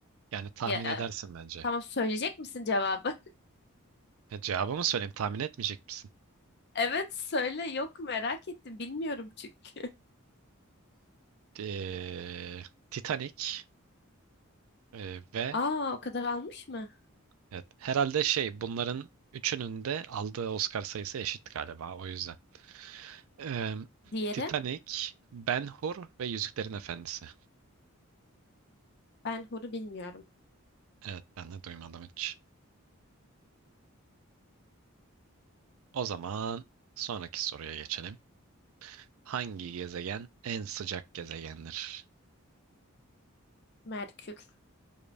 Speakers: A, on the right; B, on the left.
A: Yani tahmin
B: Ya
A: edersin bence.
B: Tamam söyleyecek misin cevabı? <laughs>
A: E, cevabı mı söyleyeyim? Tahmin etmeyecek misin?
B: Evet söyle yok merak ettim bilmiyorum çünkü.
A: Ee, Titanic e,
B: <laughs>
A: ve
B: Aa o kadar almış mı?
A: evet, herhalde şey bunların üçünün de aldığı Oscar sayısı eşit galiba o yüzden. Ee,
B: Diğeri
A: Titanic, Ben-Hur ve Yüzüklerin Efendisi.
B: ben huru bilmiyorum.
A: Evet ben de duymadım hiç. O zaman sonraki soruya geçelim. Hangi gezegen en sıcak gezegendir?
B: Merkür